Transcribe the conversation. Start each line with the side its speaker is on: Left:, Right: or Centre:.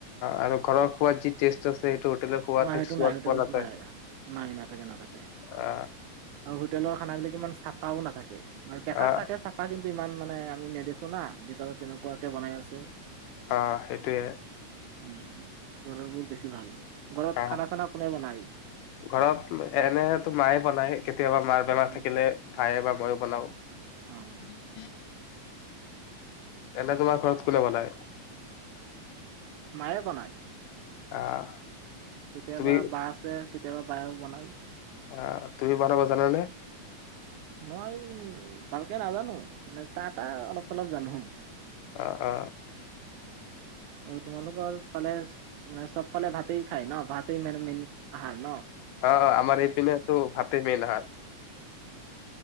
Left: আৰু ঘৰৰ খোৱাৰাত যি টেষ্ট আছে সেইটো হোটেলৰ খোৱাত
Right: নাই সেইটো
Left: সোৱাদ
Right: নাই হোটেলত
Left: পোৱা নাযায়
Right: নাই নাই নাথাকে নাথাকে
Left: আ
Right: আৰু হোটেলৰ খানাবিলাক ইমান চাফাও নাথাকে মানে ডেকাত
Left: আ
Right: তাকে চফা কিন্তু ইমান মানে আমি নেদেখো না ভিতৰত কেনেকুৱাকে বনাই আছে
Left: অ সেইটোৱে
Right: উ ঘৰৰবোৰ বেছি ভাল ঘৰত
Left: হ
Right: খানা চানা কোনে বনায়
Left: ঘৰত এনেো মায়ে বনাই কেতিয়াবা মাৰ বেমাৰ
Right: অ
Left: থাকিলে ভায়ে বা মইো বনাও উমম
Right: অ'।
Left: <inaudible> এনে তোমাৰ ঘৰত কোনে বনায়
Right: মায়ে বনায়
Left: আহ
Right: কেতিয়াবা
Left: তুমি
Right: বা আছে কেতিয়াবা বায়ে বনাই
Left: আহ তুমি বনাব জানা নে
Right: মই উ ভালকে নাজানো মানে চাহ তাহ অলপ চলপ জানো
Left: অ অ
Right: অ তোমালোকৰ ফালে মানে চবফালে ভাতেই খায় ন ভাতেই ম মেইন আহাৰ ন
Left: অ আমাৰ এইপিনেতো ভাতে মেইন হাত